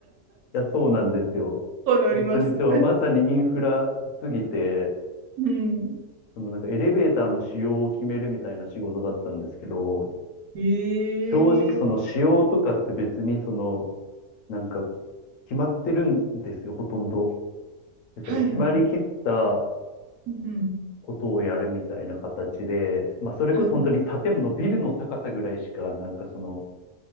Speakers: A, on the left; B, on the right.
A: や、そうなんですよ。
B: そう乗ります。
A: 本当に超、まさにインフラすぎて、
B: うん。
A: そのなんかエレベーターの仕様を決めるみたいな仕事だったんですけど、
B: ええ
A: 正直その仕様とかって別にその、なんか決まってるんですよ、ほとんど。だから決まりきった
B: はいはい。うんうん。
A: ことをやるみたいな形で、まあそれこそ本当に建物、
B: はい。うん
A: ビルの高さぐらいしか、なんかその、